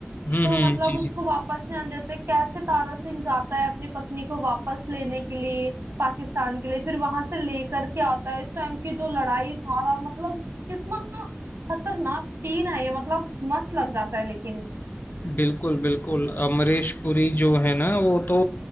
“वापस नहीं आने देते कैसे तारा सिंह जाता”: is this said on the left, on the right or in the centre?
Right